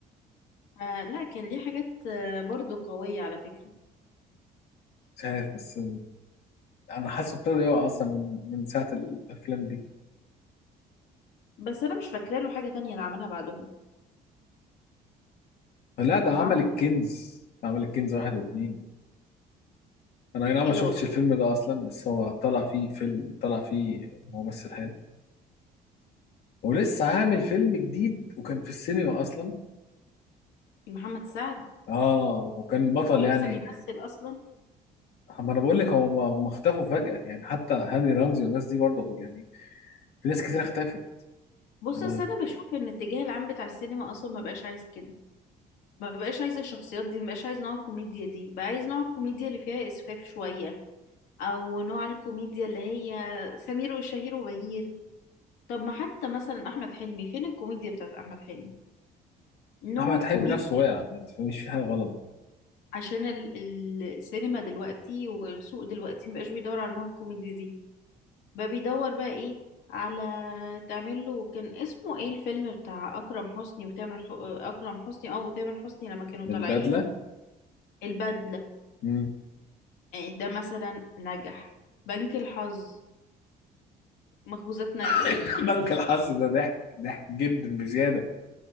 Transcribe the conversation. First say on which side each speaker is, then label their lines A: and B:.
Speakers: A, on the left; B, on the left.
A: فلا كان ليه حاجات آه، برضو قوية على فكرة
B: مش عارف بس انا حاسه ابتدى يقع اصلا من من ساعه الافلام دي
A: بس انا مش فاكرة له حاجة تانية اللي عملها بعدهم
B: لا ده عمل
A: هو عمل
B: الكنز عمل الكنز واحد واثنين انا اي نعم
A: ايه
B: ما شفتش
A: ده والله
B: الفيلم ده اصلا بس هو طلع فيه فيلم طلع فيه ممثل حلو ولسه عامل فيلم جديد وكان في السينما اصلا
A: محمد سعد
B: اه وكان بطل
A: هو لسه
B: يعني
A: بيمثل اصلا
B: ما انا بقول لك هو ما ما اختفوا فجأة يعني حتى هاني رمزي والناس دي برضه يعني في ناس كتير اختفت
A: بص
B: هو
A: اصل انا بشوف ان الاتجاه العام بتاع السينما اصلا ما بقاش عايز كده ما بقاش عايزة الشخصيات دي ما بقاش عايزة نوع الكوميديا دي بقى عايز نوع الكوميديا اللي فيها إسفاف شوية أو نوع الكوميديا اللي هي سمير وشهير وبهير طب ما حتى مثلا أحمد حلمي فين الكوميديا بتاعت أحمد حلمي نوع
B: احمد
A: الكوميديا
B: حلمي نفسه وقع ما تفهميش في حاجة غلط
A: عشان ال- ال- السينما دلوقتي والسوق دلوقتي مبقاش بيدور على نوع الكوميديا دي بقى بيدور بقى إيه على تعمل له كان اسمه ايه الفيلم بتاع أكرم حسني وتامر ح... أكرم حسني أو تامر حسني لما كانوا طالعين
B: من بدلة
A: البدلة
B: مم.
A: يعني ده مثلا نجح بنك الحظ مخبوزات نجوى
B: <laughs> بنك الحظ ده ضحك ضحك جدا بزيادة